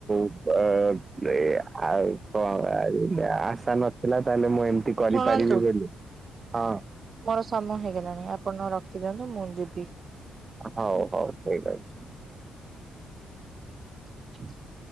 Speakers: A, on the right; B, on the right.
A: ଆଶା ନଥିଲା ତାହେଲେ ମୁଁ ଏମତି କରି।
B: ଶୁଣନ୍ତୁ
A: ପାରିିବି ବୋଲି ହଁ।
B: ମୋର ସମୟ ହେଇଗଲାଣି ଆପଣ ରଖିଦିଅନ୍ତୁ ମୁଁ ଯିବି।
A: ଆ ହଉ ହଉ ଠିକ୍ ଅଛି।
B: <unintelligible>